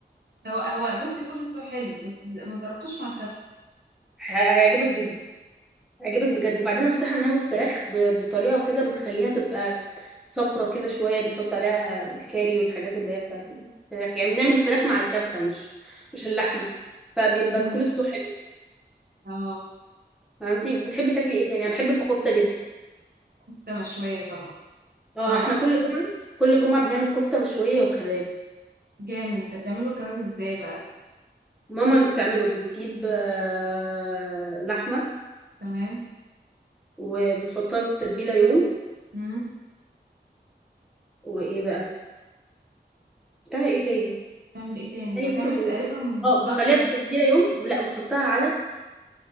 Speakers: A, on the right; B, in the centre.
A: هو هو بصي كل سلو حلو بس ما جربتوش مع الكبسه
B: ه- هيعجبك جدا هيعجبك بجد وبعدين اصل احنا بنعمل فراخ ب- بطريقه كده بتخليها تبقى صفرة كده شويه بنحط عليها الكاري والحاجات اللي هي بتاعت الفراخ يعني بنعمل الفراخ مع الكبسه مش مش اللحمه فبيبقى
A: مم.
B: الكول سلو حلو
A: اه
B: فهمتي بتحبي تاكلي ايه تاني انا بحب الكفته جدا
A: كفته مشويه طبعا
B: اه
A: طبعا
B: احنا كل جمعه كل جمعه بنعمل كفته مشويه وكباب
A: جامد انت بتعمله الكباب ازاي بقى
B: ماما اللي بتعمله بتجيب آه، لحمه
A: تمام
B: وبتحطها في التتبيله يوم
A: مم.
B: وايه بقى بتعمل ايه تاني
A: بتعمل ايه تاني
B: استني
A: بتعمله
B: بس عشان
A: تقريبا
B: افتكر اه
A: بصل
B: بتخليها في التتبيله يوم ولا بتحطها على